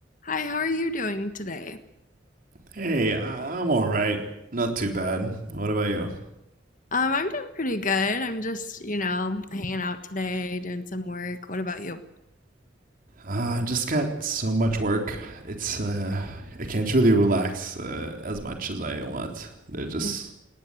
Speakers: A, on the left (about 45°); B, on the right (about 45°).
A: Hi, how are you doing today?
B: Hey, I- all right. Not too bad. What about you?
A: Um, I'm doing pretty good. I'm just, you know, hanging out today, doing some work. What about you?
B: I Uh, just got so much work. It's uh, I can't really relax uh, as much as I want. There's just,
A: Mm.